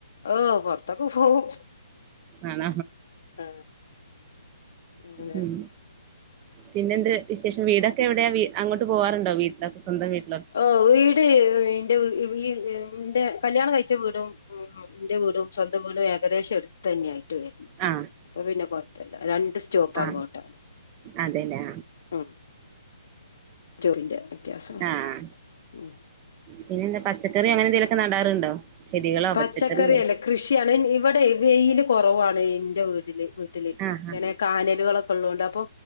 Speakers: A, on the left; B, on the right.
A: ഓ പൊറത്തൊക്കെ പോവും.
B: ആണ
A: ആ അങ്ങനെ.
B: ഉം. പിന്നെ എന്ത് വിശേഷം? വീടൊക്കെ എവിടെയാ? വീ അങ്ങോട്ട് പോവാറുണ്ടോ വീട്ടിലൊക്കെ സ്വന്തം വീട്
A: ഓ വീട് വീ ന്റെ ഈന്റെ കല്യാണം കഴിച്ച വീടും എന്റെ വീടും സ്വന്തം വീടും ഏകദേശം അടു തന്നെയായിട്ട് വരണം
B: ആ
A: അപ്പ പിന്നെ കൊഴപ്പില്ല രണ്ട് സ്റ്റോപ്പ്
B: ആ ആ
A: അങ്ങോട്ടാണ്.
B: അതെല്ലേ
A: ഉം റ്റുവിന്റെ വ്യത്യാസം
B: ആ ആ
A: ഉം
B: പിന്നെ എന്താ പച്ചക്കറി അങ്ങനെ എന്തേലുമൊക്കെ നടാറുണ്ടോ? ചെടികളോ
A: പച്ചക്കറിഅല്ല
B: പച്ചക്കറിയോ
A: കൃഷിയാണ് ഇവിടെ വെയില് കുറവാണ് എന്റെ വീട്ടില് ത്തില്
B: ആഹാ
A: ഞാനെ കാനേലു വളത്തുന്നുണ്ടപ്പോ